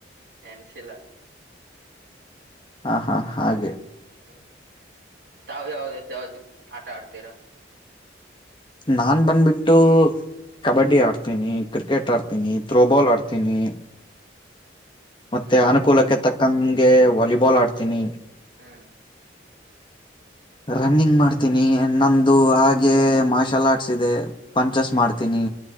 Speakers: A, on the right (about 60°); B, on the left (about 25°).
A: ಎನ್ಸಿಲ
B: ಹ ಹಾ ಹಾಗೆ
A: ಹ್ಮ್ ತಾವ ಯಾವ್ದ್ ಯಾವುದಕ್ಕೆ ಆಟ ಆಡ್ತೀರ
B: ನಾನ್ ಬಂದ್ಬಿಟ್ಟು ಕಬಡ್ಡಿ ಆಡ್ತೀನಿ ಕ್ರಿಕೆಟ್ ಆಡ್ತೀನಿ
A: ಹ್ಮ್
B: ತ್ರೋಬಾಲ್ ಆಡ್ತೀನಿ ತಿನ್ನಿ ಮತ್ತೆ
A: ಹ್ಮ್
B: ಅನುಕೂಲಕ್ಕೆ ತಕ್ಕಂಗೆ ವಾಲಿಬಾಲ್ ಆಡ್ತೀನಿ
A: ಹ್ಮ್
B: <inaudible> ರನ್ನಿಂಗ್ ಮಾಡ್ತೀನಿ ನಂದು ಹಾಗೆ ಮಾರ್ಷಲ್ ಆರ್ಟ್ಸ್ ಇದೆ ಪಂಚಸ್
A: ಹ್ಮ್
B: ಮಾಡ್ತೀನಿ